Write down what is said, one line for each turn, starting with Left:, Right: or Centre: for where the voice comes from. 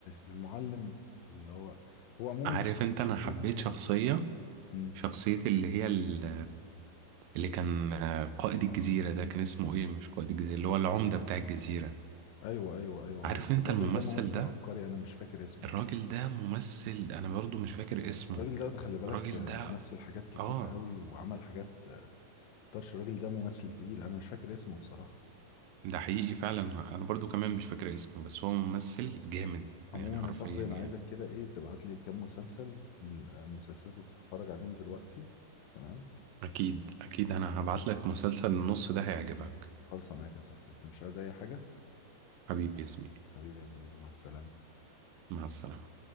Left: المعلم اللي هو هو عموما
Right: عارف
Left: شخص
Right: أنت
Left: شخصية
Right: أنا حبيت
Left: أحمد
Right: شخصية
Left: مم.
Right: شخصية اللي هي ال- اللي كان قائد الجزيرة ده كان اسمه إيه مش قائد الجزيرة اللي هو العمدة بتاع الجزيرة
Left: ايوه ايوه ايوه
Right: عارف
Left: عارف
Right: أنت
Left: الراجل
Right: الممثل
Left: ده ممثل
Right: ده
Left: عبقري انا مش فاكر اسمه
Right: الراجل ده ممثل أنا برضو مش فاكر اسمه
Left: الراجل ده خلي بالك
Right: الراجل
Left: آه،
Right: ده
Left: مثل حاجات كتير
Right: اه
Left: قوي وعمل حاجات آه، طرش الراجل ده ممثل تقيل انا مش فاكر اسمه بصراحة
Right: ده حقيقي فعلا انا برضو كمان مش فاكر اسمه بس هو ممثل جامد
Left: عموما
Right: يعني حرفيا
Left: يا صاحبي انا
Right: يعني
Left: عايزك كده ايه تبعت لي كام مسلسل من المسلسلات اللي بتتفرج عليهم دلوقتي تمام
Right: اكيد اكيد انا هبعت لك مسلسل النص ده هيعجبك
Left: خالصة معاك يا صاحبي انت مش عايز اي حاجة
Right: حبيبي يا زميلي
Left: حبيبي يا زميلي مع السلامة
Right: مع السلامة